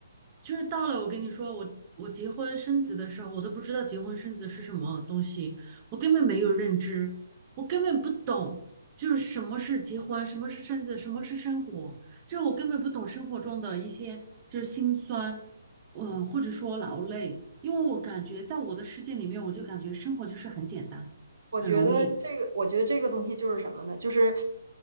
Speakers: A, on the right; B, on the right.
A: 就是到了我跟你说，我我结婚生子的时候，我都不知道结婚生子是什么东西，我根本没有认知，我根本不懂，就是什么是结婚，什么是生子，什么是生活，就是我根本不懂生活中的一些就是辛酸，呃，或者说劳累，因为我感觉在我的世界里面，我就感觉生活就是很简单，
B: 我觉得这个，
A: 很容易。
B: 我觉得这个东西就是什么呢？就是，